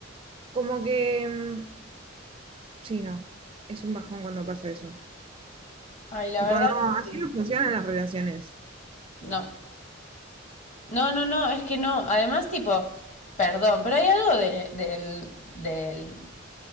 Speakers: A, on the right; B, on the left.
A: como que, em, sí, no, es un bajón cuando pasa eso.
B: Ay, la
A: Tipo,
B: verdad
A: no,
B: es que
A: así
B: sí.
A: no funcionan las relaciones.
B: No. No, no, no, es que no. Además, tipo, perdón, pero hay algo de, del, del,